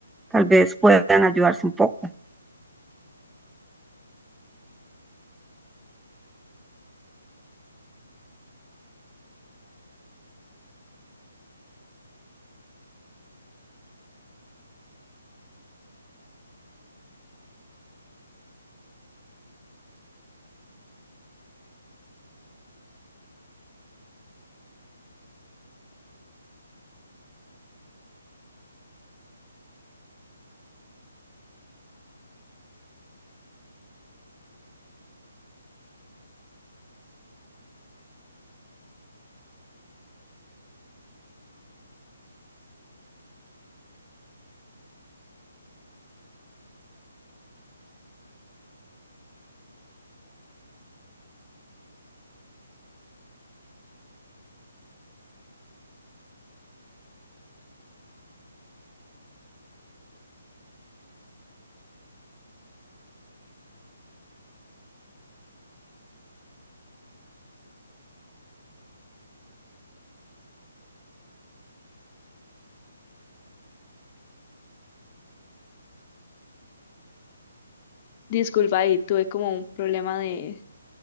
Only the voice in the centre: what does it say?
Tal vez puedan ayudarse un poco.